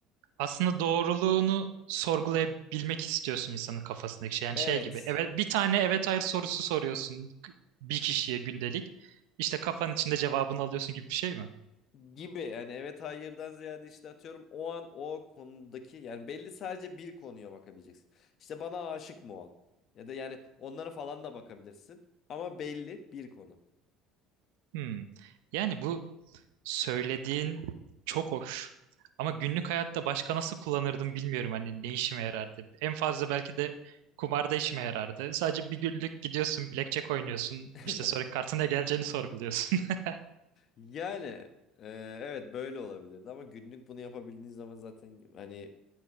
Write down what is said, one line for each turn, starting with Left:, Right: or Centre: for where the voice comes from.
Right: Aslında doğruluğunu sorgulayabilmek istiyorsun insanın kafasındaki şey. Yani
Left: Evet.
Right: şey gibi. Evet, bir tane evet hayır sorusu soruyorsun k- bir kişiye gündelik. İşte kafanın içinde cevabını alıyorsun gibi bir şey mi?
Left: gibi yani evet hayırdan ziyade işte atıyorum o an o konudaki yani belli sadece bir konuya bakabileceksin. İşte bana aşık mı o an? Ya da yani onlara falan da bakabilirsin ama belli bir konu.
Right: Hmm. Yani bu söylediğin çok hoş. Ama günlük hayatta başka nasıl kullanırdım bilmiyorum hani ne işime yarardı. En fazla belki de kumarda işime yarardı. Sadece bir günlük gidiyorsun, blackjack oynuyorsun.
Left: <laughs>
Right: İşte sonra kartına geleceğini sorguluyorsun. <laughs>
Left: Yani e, evet böyle olabilirdi ama günlük bunu yapabildiğin zaman zaten hani